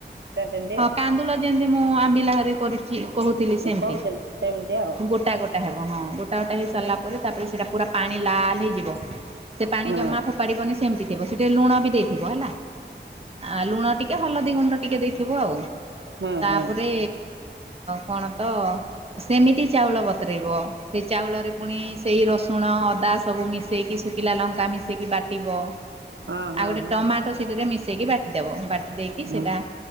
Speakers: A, on the right (about 80°); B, on the right (about 35°).
A: ସେମିତି
B: ହଁ
A: ଆଉ
B: କାନ୍ଦୁଲ ଯେମିତି ମୁଁ ଆମ୍ବିଲା ହେରା କରି କହୁଥିଲି ସେମିତି।
A: କହୁଥିଲି ସେମିତି ଆଉ
B: ଗୋଟା ଗୋ ଟା ହବ ହଁ। ଗୋଟା ଗୋଟା ହେଇ ସାରିଲା ପରେ ତାପରେ ସେଟା ପା ପାଣି ଲାଲ୍ ହେଇଯିବ। ସେ ପାଣି
A: ହଁ
B: ଜମା ଫୋପାଡ଼ିବନି ସେମିତି ଥିବ। ସେ ଟିକେ ଲୁଣ ବି ଦେଇଥିବ ହେଲା। ଆ ଲୁଣ ଟିକେ ହଲଦୀ ଗୁଣ୍ଡ ଟିକେ ଦେଇଥିବ ଆଉ।
A: ହଁ
B: ତାପରେ
A: ହଁ
B: କଣ ତ ସେମିତି ଚାଉଳ ବତରେଇବ। ସେ ଚାଉଳରେ ପୁଣି ସେଇ ରସୁଣ ଅଦା ସବୁ ମିଶେଇକି ଶୁଖିଲା ଲଙ୍କା ମିଶେଇକି ବାଟିବ।
A: ହଁ ହଁ ହଁ
B: ଆଉ ଗୋଟେ
A: ହଁ
B: ଟମାଟୋ ସେଠିରେ ମିଶେଇକି ବାଟିଦବ। ବାଟି ଦେଇକି
A: ହଁ
B: ସେଟା